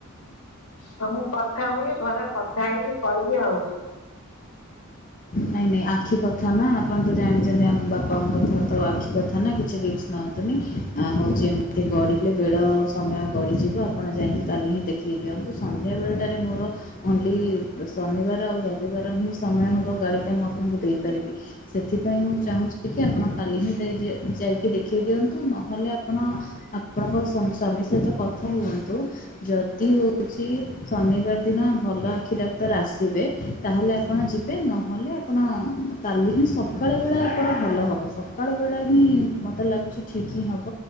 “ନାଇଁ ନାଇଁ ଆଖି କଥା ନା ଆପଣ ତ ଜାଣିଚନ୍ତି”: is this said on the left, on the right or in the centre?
Left